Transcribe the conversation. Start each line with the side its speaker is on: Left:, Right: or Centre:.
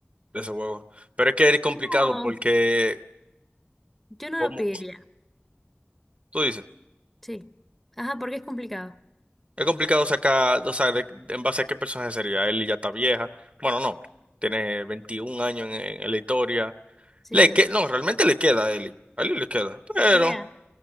Right: de ese juego. Pero es que es complicado
Centre: No,
Right: porque,
Centre: yo no
Right: como
Centre: lo pediría.
Right: tú dices,
Centre: Sí. Ajá, porque es complicado.
Right: es complicado sacar, o sea, de- de- en base a qué personaje sería. Ellie ya está vieja. Bueno, no, tiene 21 años en, en la historia.
Centre: Sí.
Right: Le que, no, realmente le queda a Ellie. A Ellie le queda,
Centre: Me
Right: pero...
Centre: queda.